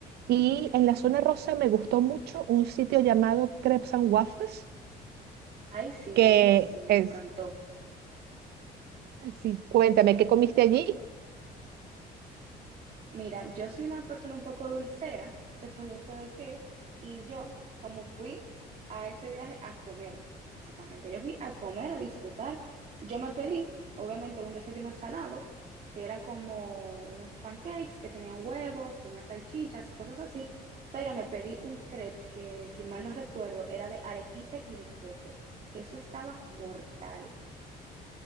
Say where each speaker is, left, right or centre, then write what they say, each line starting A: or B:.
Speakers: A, on the right; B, on the right.
A: Y en la zona rosa me gustó mucho un sitio llamado Crepes and Waffles,
B: Ay, sí,
A: que
B: buenísimo,
A: es,
B: me encantó.
A: sí, cuéntame, ¿qué comiste allí?
B: Mira, yo soy una persona un poco dulcera, se pudiese decir, y yo, como fui a ese viaje a comer, básicamente, yo fui a comer, a disfrutar, yo me pedí, obviamente, un desayuno salado, que era como unos pancakes que tenían huevos, tenían salchichas y cosas así, pero me pedí un crepe que, si mal no recuerdo, era de arequipe y de coco, que eso estaba mortal.